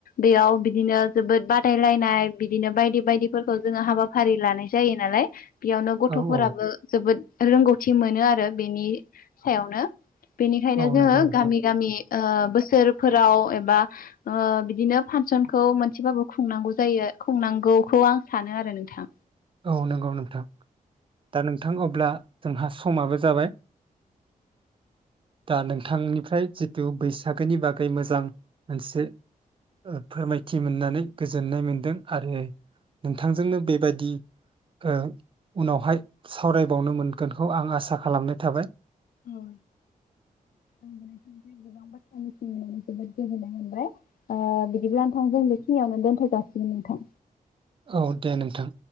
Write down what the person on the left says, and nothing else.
बेयाव बिदिनो जोबोद बादायलायनाय बिदिनो बायदि बायदिफोरखौ जोङो हाबाफारि लानाय जायो नालाय बेयावनो गथ'फोराबो
जोबोद रोंगौथि <unintelligible> मोनो आरो बेनि सायावनो बेनिखायनो
जोङो
गामि गामि ओ बोसोरफोर राव एबा ओ बिदिनो फांसनखौ मोनसेबाबो खुंनांगौ जायो खुंनांगौखौ आं सानो आरो नोंथां
औ गोबां बाथ्रा <unintelligible> मोनबाय जोबोद गोजोननाय मोनबाय बिदिब्ला नोंथां जों बेखिनियावनो दोनथ' जाासिगोन नोंथां